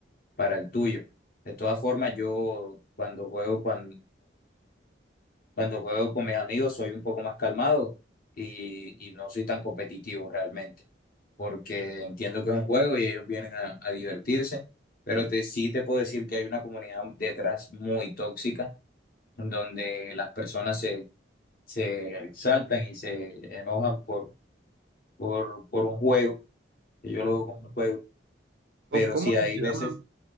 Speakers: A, on the left; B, on the right.
A: para el tuyo. De todas formas, yo cuando juego cuando, Cuando juego con mis amigos soy un poco más calmado y, y no soy tan competitivo realmente, porque entiendo que es un juego y ellos vienen a, a divertirse, pero te, sí te puedo decir que hay una comunidad detrás muy tóxica, en donde las personas se, se exaltan y se enojan por, por, por un juego, que yo lo veo como un juego, pero
B: ¿Cómo, cómo
A: sí
B: es
A: hay
B: que se
A: veces,
B: llama